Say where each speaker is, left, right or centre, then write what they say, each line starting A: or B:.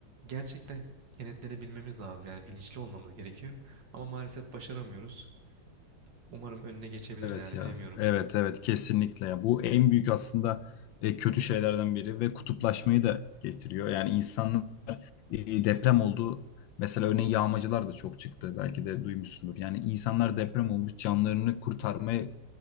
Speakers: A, on the right; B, on the left.
A: gerçekten kenetlenebilmemiz lazım yani bilinçli olmamız gerekiyor. Ama maalesef başaramıyoruz. Umarım önüne geçebiliriz
B: Evet
A: yani
B: ya.
A: bilemiyorum.
B: Evet evet kesinlikle ya. Bu en büyük aslında e, kötü şeylerden biri ve kutuplaşmayı da getiriyor. Yani insanın e, deprem olduğu mesela örneğin yağmacılar da çok çıktı. Belki de duymuşsundur. Yani insanlar deprem olmuş canlarını kurtarmaya